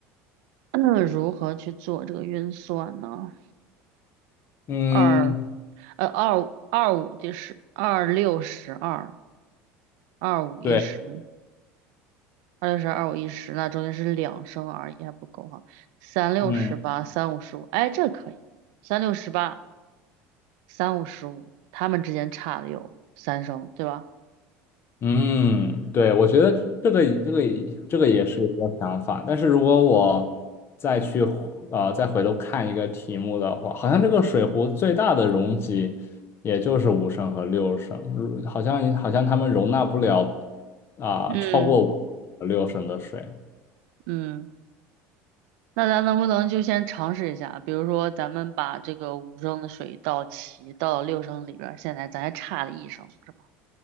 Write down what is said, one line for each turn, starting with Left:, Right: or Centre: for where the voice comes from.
Right: <clears throat> 如何去做这个运算呢？
Left: 嗯，
Right: 二呃二五二五第十二六十二。二五一十，
Left: 对，
Right: 二六十二五一十，那中间是两升而已，还不够哈。三六十八，
Left: 嗯。
Right: 三五十五，哎，这可以。三六十八，三五十五，他们之间差了有三升，对吧？
Left: 嗯，对，我觉得这个这个这个也是一个想法，但是如果我再去啊再回头看一个题目的话，好像这个水壶最大的容积也就是五升和六升，如好像好像他们容纳不了啊、
Right: 嗯
Left: 超过五和六升的水，
Right: 嗯，那咱能不能就先尝试一下？比如说，咱们把这个五升的水倒齐，倒到六升里边儿，现在咱还差了一升，是吧？